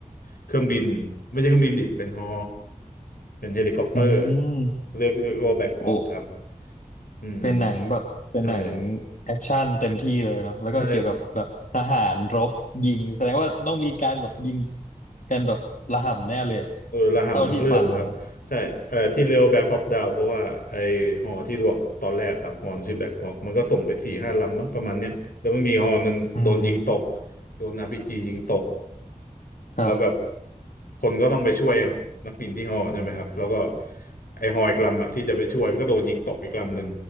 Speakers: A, on the left (about 85°); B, on the left (about 65°).
A: เครื่องบินไม่ใช่เครื่องบินดิเป็นฮอเป็นเฮลิคอปเตอร์
B: อืม
A: เรียกเรียกว่าแบ็คฮอคครับ
B: โอ้
A: อืม
B: เป็นหนังแบบเป็นหนัง
A: ใช่
B: แอคชั่นเต็มที่เลยเนาะแล้วก็เกี่ยวกับแบบทหารรบยิงแสดงว่าต้องมีการแบบยิง
A: ใช่
B: กันแบบระห่ำแน่เลยอะ
A: เออระห่ำทั้งเรื่องครับใช่เออที่เรียกว่าแบ็คฮอ
B: เท่าที่ฟังมา
A: k ดาวเพราะว่าไอหอที่บอกตอนแรกครับหอมันชื่อแบ็คฮอ k มันก็ส่งไปสี่ห้าลำมั้งประมาณเนี้ยแล้วมันมีหอหนึ่งโดนยิงตก
B: อืม
A: โดนอาร์พีจียิงตก
B: ครับ
A: แล้วแบบคนก็ต้องไปช่วยนักบินที่หอใช่ไหมครับแล้วก็ไอหออีกลำอะที่จะไปช่วยมันก็โดนยิงตกอีกลำหนึ่ง